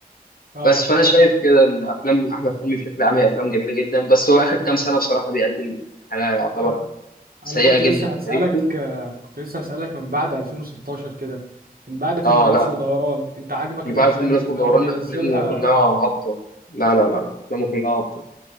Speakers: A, on the right; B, on the left.
A: اه
B: بس فانا شايف
A: طب أنا
B: كده ان افلام احمد حلمي بشكل عام هي افلام جميله جدا بس هو اخر كام سنه بصراحه بيقدم حاجه يعتبر
A: أنا
B: سيئه
A: أنا كنت
B: جدا
A: لسه
B: في
A: هسألك
B: تاريخه
A: آه، كنت لسه هسألك من بعد 2016 كده من بعد فيلم
B: اه
A: لف
B: لا
A: ودوران انت عاجبك
B: من
A: الأفلام
B: بعد فيلم
A: اللي
B: لف ودوران
A: هو بينزلها
B: افلامه كلها هابطه لا لا لا افلامه كلها هابطه